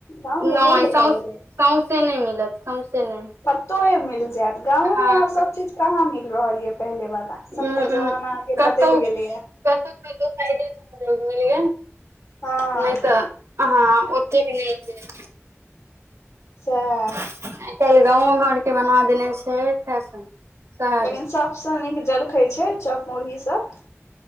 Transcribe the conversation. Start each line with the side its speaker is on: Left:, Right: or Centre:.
Left: गाँवमे
Right: नहि
Left: बन्द
Right: सौउ
Left: भऽ गेलै
Right: सौउसे नहि मिलत सौउसे नहि
Left: कतए मिल जायत गाँवो
Right: हँ
Left: मे आब सब
Right: क
Left: चीज कहाँ मिल रहल य पहिले वाला
Right: उहूं
Left: सबटा
Right: उहूं
Left: जवाना आगे
Right: कतहु
Left: बदलि गेले ह
Right: कतहु कतहु साेग <unintelligible> मिल
Left: हँ
Right: नहि तऽ हाँ ओतेक क नहि
Left: सैहा
Right: आइ काल्हि गाँवो घरके बना देने छै फैशन शहर
Left: लेकिन सबसँ नीक जलखाइ छै चैप मुरही सब